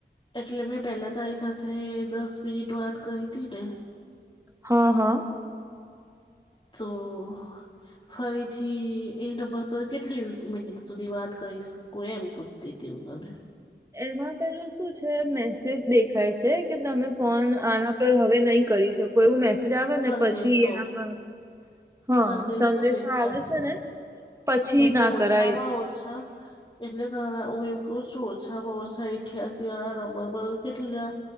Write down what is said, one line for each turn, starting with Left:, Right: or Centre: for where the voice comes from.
Left: એટલે મેં પહેલાં તારી સાથે દસ મિનિટ વાત કરીતી ને.
Right: હા હા
Left: તો ફરીથી એ નંબર પર કેટલી મિનિટ સુધી વાત કરી શકું એમ પૂછ તેતી હુંગમે
Right: એમાં પેલું શું છે મેસેજ દેખાય છે કે તમે ફોન આના પર હવે નહીં કરી શકો એવું મેસેજ આવે
Left: સંદેશો
Right: ને પછી એના પર હા
Left: સંદેશો દેખાશે
Right: આવે છે ને પછી
Left: એટલે
Right: ના
Left: ઓછામાં
Right: કરાય
Left: ઓછા એટલે ત હવે ઉ એવું કઉ છું ઓછામાં ઓછા ઇઠિયાસી આવેને બઉ બઉ કેટલા